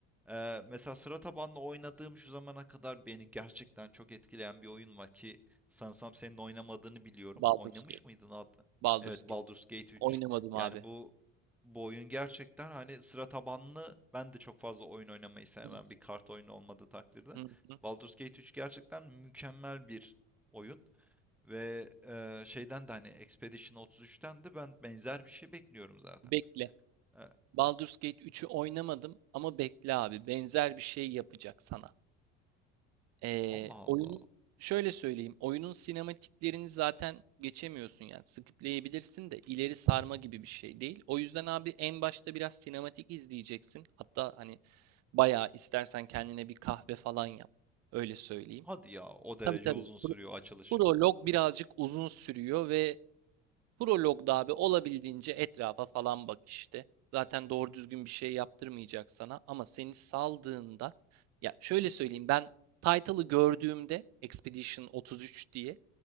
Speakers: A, in the centre; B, on the right.
A: Ee, mesela sıra tabanlı oynadığım şu zamana kadar beni gerçekten çok etkileyen bir oyun var ki sanırsam senin oynamadığını biliyorum.
B: Baldur's
A: Oynamış
B: Gate.
A: mıydın hatta?
B: Baldur's
A: Evet, Baldur's
B: Gate.
A: Gate 3.
B: Oynamadım
A: Yani
B: abi.
A: bu bu oyun gerçekten hani sıra tabanlı ben de çok fazla oyun oynamayı sevmem
B: Hı
A: bir kart oyunu olmadığı takdirde.
B: hı hı hı.
A: Baldur's Gate 3 gerçekten mükemmel bir oyun ve e, şeyden de hani Expedition 33'ten de ben benzer bir şey bekliyorum zaten.
B: Bekle.
A: E,
B: Baldur's Gate üçü oynamadım ama bekle abi. Benzer bir şey yapacak sana. Ee,
A: Allah
B: oyunun
A: Allah.
B: şöyle söyleyeyim. Oyunun sinematiklerini zaten geçemiyorsun yani. Skipleyebilirsin de ileri sarma gibi bir şey değil. O yüzden abi en başta biraz sinematik izleyeceksin. Hatta hani bayağı istersen kendine bir kahve falan yap. Öyle söyleyeyim.
A: Hadi ya o derece
B: Tabii tabii.
A: uzun sürüyor
B: Pro-
A: açılışı.
B: Prolog birazcık uzun sürüyor ve Prolog'da abi olabildiğince etrafa falan bak işte. Zaten doğru düzgün bir şey yaptırmayacak sana ama seni saldığında ya şöyle söyleyeyim ben title'ı gördüğümde Expedition 33 diye